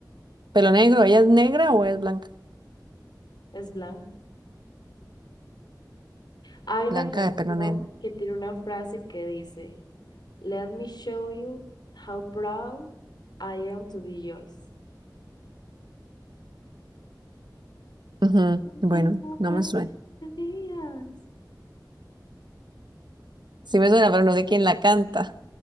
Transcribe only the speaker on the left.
es blanco. Hay una
canción
que tiene una frase que dice Let me show you how proud I am to be yours.
Let me
show you how
proud
I am to be yours.